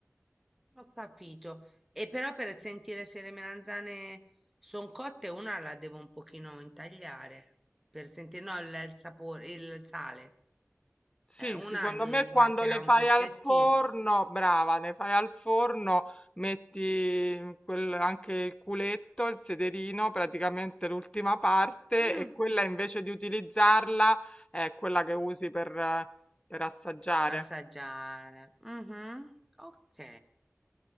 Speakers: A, in the centre; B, on the left.
A: Ho capito. E però per sentire se le melanzane sono cotte, una la devo un pochino intagliare per sentire, no, il, il sapore, il sale.
B: Sì,
A: Eh, una
B: secondo
A: gli
B: me quando
A: mancherà
B: le
A: un
B: fai
A: pezzettino.
B: al forno, brava, ne fai al forno, metti quel- anche il culetto, il sederino, praticamente l'ultima parte,
A: Mm,
B: e quella invece di utilizzarla è quella che usi per, eh, per assaggiare.
A: Assaggiare. Mhm, Ok.